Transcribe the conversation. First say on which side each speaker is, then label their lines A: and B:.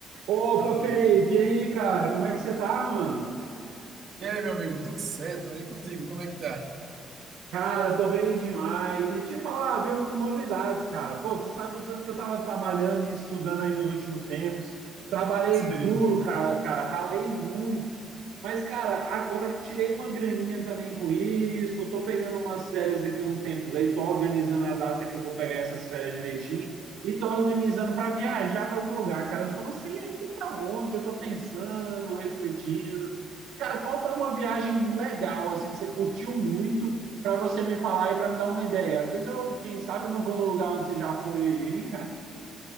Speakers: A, on the right; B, on the right.
A: Opa, Felipe, e aí, cara, como é que você tá, mano?
B: E aí, meu amigo, tudo certo? E contigo, como é que tá? <laughs>
A: Cara, tô bem demais. E te falar, viu, com novidades, cara. Pô, você sabe o tanto que eu tava trabalhando e estudando aí nos últimos tempos. Trabalhei
B: Sei.
A: duro, cara, cara, ralei muito. Mas, cara, agora tirei uma graninha também com isso. Tô pegando umas férias daqui uns tempos aí. Tô organizando a data que eu vou pegar essas férias direitinho. E tô organizando para viajar para algum lugar, cara. Eu só não sei ainda para onde. Eu tô pensando, refletindo. Cara, qual foi uma viagem legal, assim, que você curtiu muito? para você me falar e para me dar uma ideia. Às vezes eu, quem sabe, eu não vou no lugar onde você já foi, hein?